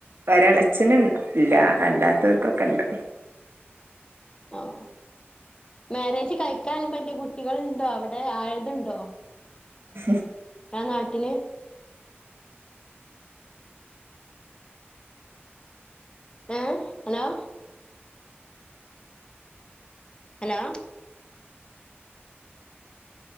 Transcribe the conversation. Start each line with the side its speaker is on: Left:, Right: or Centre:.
Right: ഒരളച്ചനും ഇല്ല
Left: ഓ
Right: അല്ലാത്തവർക്കൊക്കെ കണ്ട്
Left: ഓഹ്‌ മാരേജ് കഴിക്കാലും പറ്റിയ കുട്ടികളുണ്ടോ അവിടെ ആയതുണ്ടോ
Right: ഹും
Left: ഇങ്ങളെ നാട്ടിൽ ഏഹ്‌ ഹലോ ഹലോ